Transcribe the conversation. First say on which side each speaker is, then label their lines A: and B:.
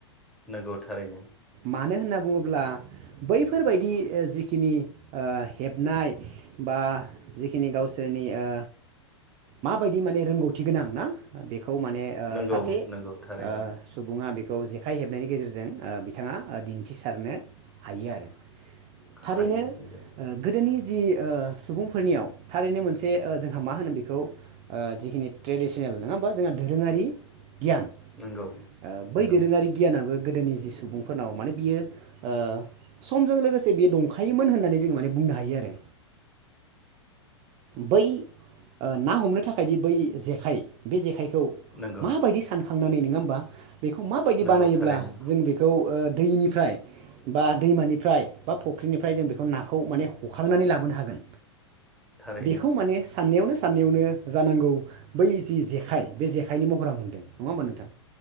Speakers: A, in the centre; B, on the right.
A: नोंगौ थारैनो
B: मानो होनना बुङोब्ला बैफोरबायदि जिखिनि ओ हेबनाय बा जिखिनि गावसोरनि ओ माबायदि माने रोंगौथि गोनां ना बे खौ माने ओ
A: नंगौ
B: सासे
A: नंगौ थारैनो
B: ओ सुबुङा बे खौ जेखाय हेबनायनि गेजेरजों ओ बिथाङा दिन्थिसारनो हायो आरो थारैनो
A: हायो नंगौ
B: ओ गोदोनि जि ओ सुबुंफोरनियाव थारैनो ओ मोनसे जोंहा मा होनो बेखौ ओ जिखिनि ट्रेडिसनेल नङा होमबा जोंहा दधोरोङारि गियान
A: नंगौ
B: ओ
A: नंगौ
B: बै दोरोङारि गियानाबो गोदोनि जि सुबुंफोरनाव माने बियो ओ समजों लोगोसे बियो दंखायोमोन होननानै जोंङ माने बुंनो हायो आरो। बै ओ आं हमनो थाखायदि बै जेखाय बे जेखाय खौ
A: नंगौ
B: माबायदि सान खांनानै नोङा होमबा? बेखौ माबायदि
A: नंगौ
B: बानायोब्ला
A: थारैनो
B: जों बेखौ ओ दैनिफ्राय बा दैमानिफ्राय बा फुख्रिनिफ्राय जों बेखौ नाखौ माने हखांनानै लाबोनो हागोन
A: थारैनो
B: बेखौ माने साननायावनो साननाययावनो जानांगौ बै जि जेखाइ बे जेखाइनि महरा मोनदों नङा होमबा नोंथां?